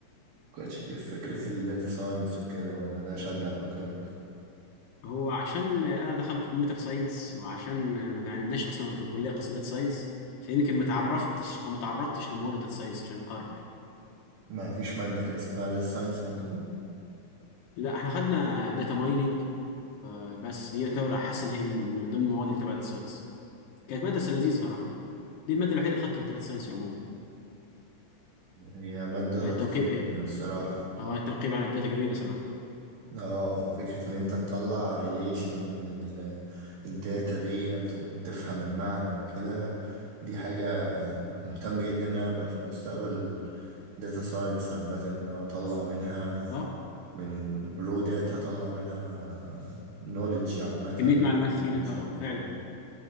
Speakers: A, on the right; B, on the left.
A: فكرتش ليه في فكرة الداتا ساينس وكده ولا ده شدك أكتر
B: هو عشان انا دخلت كمبيوتر ساينس وعشان ما في- عندناش اصلا في الكليه قسم داتا ساينس فيمكن ما تعرفتش او ما تعرضتش لمواد داتا ساينس عشان اقرر
A: ما فيش مادة كان اسمها داتا ساينس عندكم
B: لا احنا خدنا داتا مايننج بس دي يعتبر احس ان هي من ضمن المواد اللي تبع داتا ساينس كانت ماده بس لذيذه صراحه دي الماده الوحيده اللي خدتها في الداتا ساينس عموما
A: هي مادة
B: يعني
A: لطيفة
B: التنقيب
A: جدا
B: ايه
A: الصراحة
B: اه التنقيب عن الداتا جميله صراحه
A: اه فكرة ان انت تطلع ريليشن من ال- الداتا ديت وتفهم المعنى وكده دي حاجة مهتم جدا ان انا ابقى في المستقبل داتا ساينس عامة ان أنا اطلع منها
B: اه
A: من رو داتا اطلع منها نوليدج عامة
B: كمية معلومات تفيدك
A: information
B: اه فعلا
A: كده